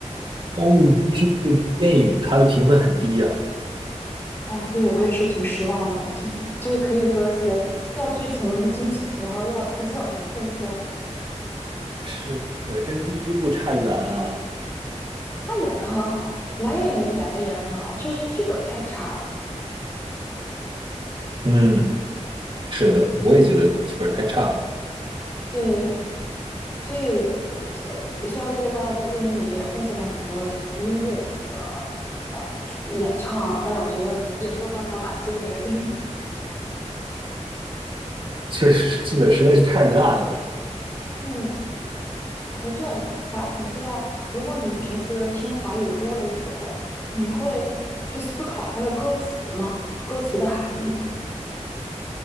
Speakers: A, on the right (about 40°); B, on the left (about 20°).
A: 哦，但是那个电影它的评分很低呀。
B: 啊，对，我也是挺失望的，就就就是可以说是要剧情没剧情，然后要特效没特效。
A: 是的，跟第一部差远了。
B: 他演的很好，男演员演的也很好，就是剧本太差了。
A: 嗯，是的，我也觉得剧本太差了，
B: 对，所以，呃，虽然 Lady Gaga 在电影里也奉献了很多这音乐的那个呃演唱啊，但是我觉得也没有办法挽救那个电影。<laughs>
A: 确实剧本实在是太烂了。
B: 嗯，哎，对了，我还想知道，如果你平时听华语歌的时候，你会去思考它的歌词吗？歌词的含义？